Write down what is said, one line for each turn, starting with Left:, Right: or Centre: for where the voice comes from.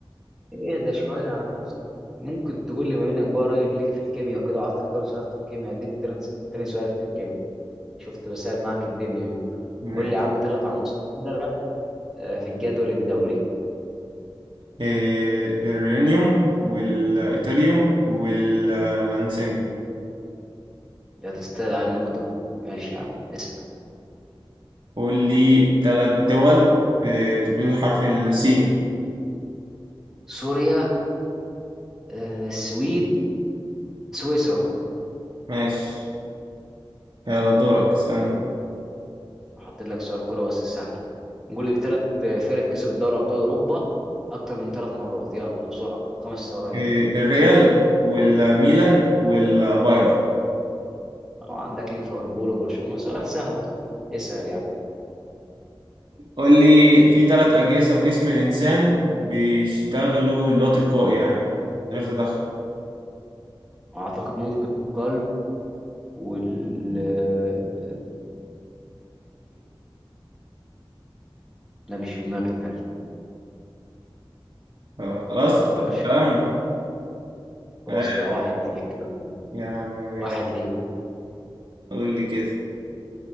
Centre: اهدى شوية على نفسك ممكن تقول لي بما إنك بقى قريب ليك في الكيمياء وكده وعطاك أول سؤال في الكيمياء هديك تاني تاني سؤال في الكيمياء شفت بسأل معاك الدنيا اهو
Right: ماشي.
Centre: قول لي يا عم ثلاث عناصر قدرة آه، في الجدول الدوري
Right: إيه الرينيوم والإيثيريوم واللانسينيوم
Centre: ده تستاهل على النقطة دي ماشي يا عم اسأل
Right: قول لي ثلاث دول ب- بتبتدي بحرف السين
Centre: سوريا آه، السويد سويسرا
Right: ماشي يلا دورك اسألني
Centre: يلا حاطط لك سؤال كرة بس سهل قول لي ثلاث فرق كسبت دوري أبطال أوروبا أكتر من ثلاث مرات يلا بسرعة خمس ثواني
Right: إيه الريال والميلان والبايرن
Centre: وعندك ليفربول وبرشلونة سؤال سهل أصلا اسأل يعني
Right: قول لي في ثلاث أجهزة في جسم الإنسان بيشتغلوا اللي هو تلقائي يعني من غير تدخل
Centre: أعتقد ممكن القلب والرئتين لا مش في دماغي التالتة
Right: آه، خلاص
Centre: التالتة مش في-
Right: تمام
Centre: خلاص
Right: آه،
Centre: لا واحد ليك كده.
Right: يا عم ماشي
Centre: واحد ليك
Right: قول لي كده